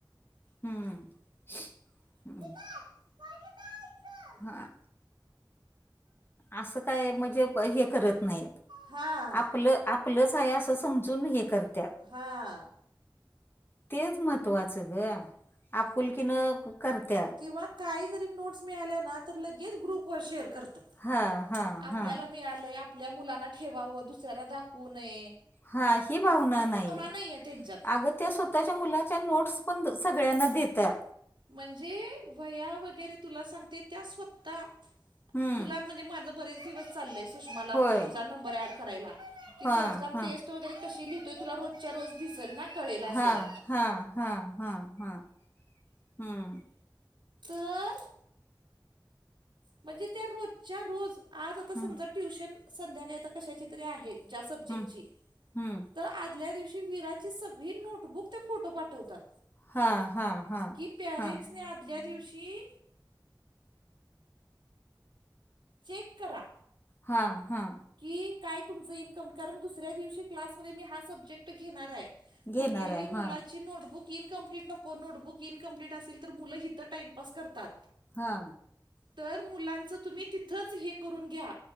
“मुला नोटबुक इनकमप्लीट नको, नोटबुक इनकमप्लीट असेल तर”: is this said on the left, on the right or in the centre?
Right